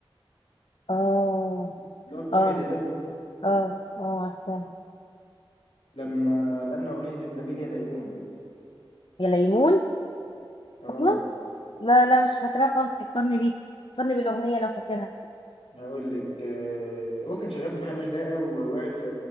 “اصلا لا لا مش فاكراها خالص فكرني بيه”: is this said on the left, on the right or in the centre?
Left